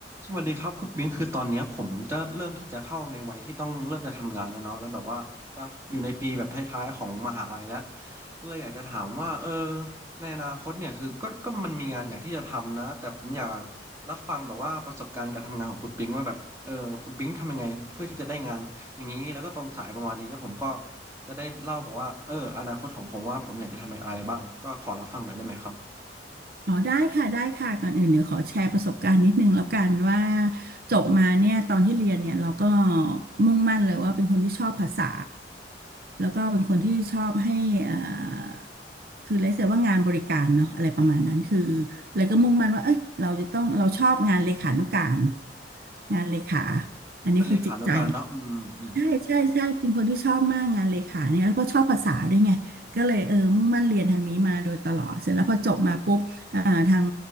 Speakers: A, on the right (about 15°); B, on the right (about 55°).
A: สวัสดีครับคุณบิงคือตอนเนี้ยผมจะเริ่มที่จะเข้าในวัยที่ต้องเริ่มจะทำงานแล้วเนาะแล้วแบบว่าอ่ะอยู่ในปีแบบท้ายๆของมหาลัยแล้วเลยอยากจะถามว่าเออในอนาคตเนี่ยคือก็ก็มันมีงานอยากที่จะทำนะแต่ผมอยากรับฟังแบบว่าประสบการณ์การทำงานของคุณปิงว่าแบบเออคุณปิงทำยังไงเพื่อที่จะได้งานอย่างนี้แล้วก็ตรงสายประมาณนี้แล้วผมก็จะได้เล่าแบบว่าเอออนาคตของผมว่าผมอยากจะทำอะไรบ้างก็ขอรับฟังหน่อยได้ไหมครับ
B: อ๋อได้ค่ะได้ค่ะก่อนอื่นเดี๋ยวขอแชร์ประสบการณ์นิดนึงแล้วกันว่าจบมาเนี่ยตอนที่เรียนเนี่ยเราก็มุ่งมั่นเลยว่าเป็นคนที่ชอบภาษาแล้วก็เป็นคนที่ชอบให้เอ่อคือเรียกว่างานบริการเนาะอะไรประมาณนั้นคือเลยก็มุ่งมั่นว่าเอ้ยเราจะต้องเราชอบงานเลขานุการงานเลขาอันนี้คือจิตใจ
A: เป็นเลขานุการเนาะอืมอืม
B: ใช่ใช่ใช่เป็นคนที่ชอบมากงานเลขาเนี่ยแล้วก็ชอบภาษาด้วยไงก็เลยเออมุ่งมั่นเรียนทางนี้มาโดยตลอดเสร็จแล้วพอจบมาปุ๊บอ่าทาง